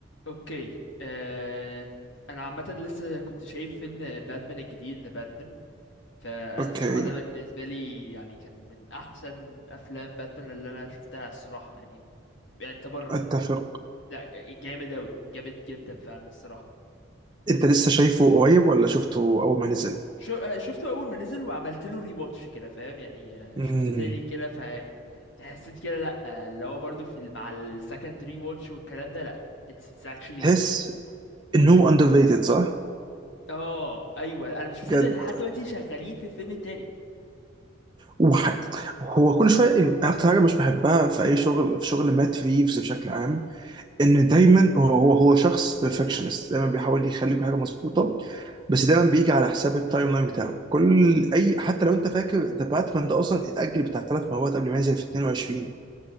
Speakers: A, on the left; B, on the right.
A: اوكي آه... انا عامه لسه كنت شايف فيلم باتمان الجديد ذا باتمان فانا
B: اوكي
A: الصراحه ده بالنسبه لي يعني كان من احسن افلام باتمان اللي انا شفتها الصراحه يعني يعتبر
B: اتفق
A: م- لا جامد اوي جامد جدا فعلا الصراحه
B: انت لسه شايفه قريب ولا شفته اول ما نزل
A: شو... آه، شفته اول ما نزل وعملت له ري واتش كده فاهم يعني آه،
B: امم
A: شفته تاني كده فحسيت كده لا آه، اللي هو برضو في ال- مع السكند ري واتش والكلام ده لا it's, it's actually
B: تحس
A: good
B: انه اندر ريتد صح
A: اه ايوه انا مش مصدق
B: بجد
A: ان لحد دلوقتي شغالين في الفيلم التاني
B: وح... هو كل شويه الم- اكتر حاجه مش بحبها في اي شغل في شغل مات ريفز بشكل عام ان دايما هو هو هو شخص بيرفكشنست دايما بيحاول يخلي كل حاجه مظبوطه بس دايما بيجي على حساب التايم لاين بتاعه كل اي حتى لو انت فاكر ذا باتمان ده اصلا اتاجل بتاع ثلاث مرات قبل ما ينزل في 22